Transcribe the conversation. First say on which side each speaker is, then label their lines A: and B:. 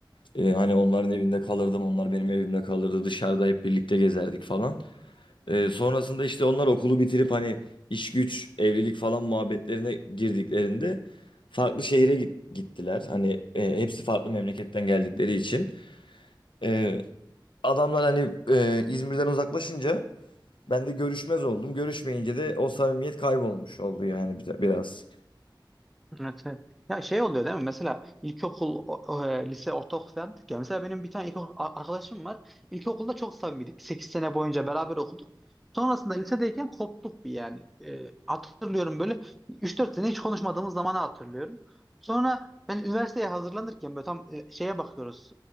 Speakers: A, on the left; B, in the centre.
A: E, hani onların evinde kalırdım, onlar benim evimde kalırdı. Dışarıda hep birlikte gezerdik falan. Ee, sonrasında işte onlar okulu bitirip hani iş güç, evlilik falan muhabbetlerine girdiklerinde farklı şehire git- gittiler. Hani e, hepsi farklı memleketten geldikleri için. Ee, adamlar hani e, İzmir'den uzaklaşınca ben de görüşmez oldum. Görüşmeyince de o samimiyet kaybolmuş oldu yani bir- biraz.
B: Evet, evet. Ya şey oluyor değil mi? Mesela ilkokul, o- o, e, lise, ortaokul falan dedik ya. Mesela benim bir tane ilkokul a- arkadaşım var. İlkokulda çok samimiydik. 8 sene boyunca beraber okuduk. Sonrasında lisedeyken koptuk bir yani. E, hatırlıyorum böyle üç dört sene hiç konuşmadığımız zamanı hatırlıyorum. Sonra ben üniversiteye hazırlanırken böyle tam e, şeye bakıyoruz.